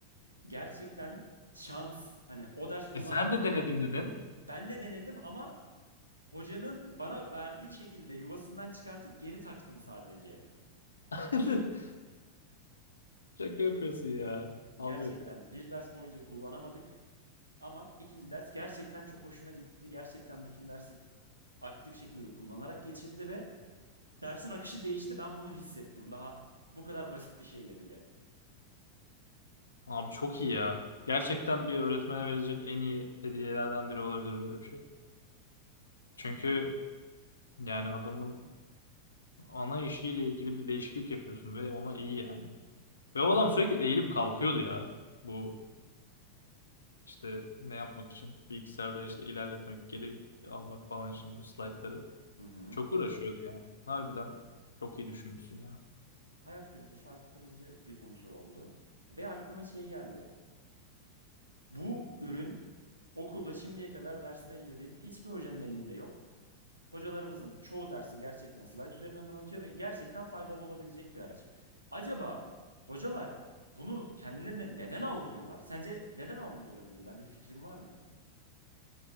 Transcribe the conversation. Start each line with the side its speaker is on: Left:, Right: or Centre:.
Right: Gerçekten şans. Hani o ders kullanamadık
Left: E sen de denedim
Right: ve
Left: dedin.
Right: ben de denedim ama hocanın bana verdiği şekilde yuvasından çıkartıp geri taktım sadece.
Left: <laughs> Şaka yapıyorsun ya.
Right: Gerçekten
Left: Abi.
Right: bir ders boyunca kullanamadık ama ikinci ders gerçekten çok hoşuna gitti. Gerçekten bütün dersi aktif şekilde kullanarak geçirdi ve dersin akışı değişti. Ben bunu hissettim. Daha bu kadar basit bir şeyle bile.
Left: Abi çok iyi ya. Gerçekten bir öğretmene verilecek en iyi hediyelerden biri olabilir böyle bir şey. Çünkü yani adamın ana işiyle ilgili bir değişiklik yapıyorsun ve ona iyi yani. Ve o adam sürekli eğilip kalkıyordu ya. Bu işte ne yapmak için? Bilgisayarda işte ilerletmek, geri almak falan için bu slaytları.
Right: Hı hı.
Left: Çok uğraşıyordu yani. Harbiden çok iyi düşünmüşsün ya.
Right: Hayat kalitesi arttırıcı bir unsur oldu. Ve aklıma şey geldi. Bu ürün okulda şimdiye kadar dersine girdiğim hiçbir hocanın elinde yok. Hocalarımızın çoğu dersi gerçekten slayt üzerinden anlatıyor ve gerçekten faydalı olabilecek bir araç. Acaba hocalar bunu kendilerine neden almıyorlar? Sence neden almıyor olabilirler? Bir fikrin var mı?